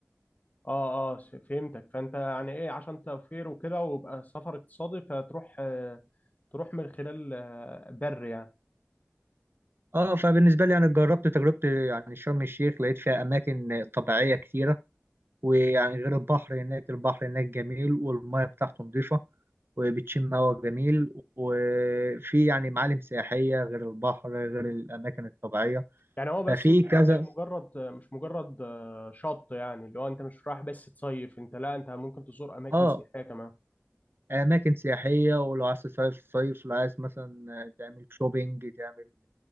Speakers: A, on the left; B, on the right.
A: اه اه ش- فهمتك فانت يعني ايه عشان توفير وكده ويبقى سفر اقتصادي فتروح آه، تروح من خلال آه، بر يعني
B: اه فبالنسبة لي يعني جربت تجربة يعني شرم الشيخ لقيت فيها أماكن طبيعية كتيرة ويعني غير البحر هناك البحر هناك جميل والمياه بتاعته نضيفة وبتشم هوا جميل وفي يعني معالم سياحية غير البحر غير الأماكن الطبيعية
A: يعني هو بس
B: ففي
A: م-
B: كذا
A: مش مجرد مش مجرد آه، شط يعني اللي هو انت مش رايح بس تصيف انت لا انت ممكن تزور اماكن
B: آه
A: سياحية كمان
B: أماكن سياحية ولو عايز تصيف صيف لو عايز مثلا تعمل شوبينج تعمل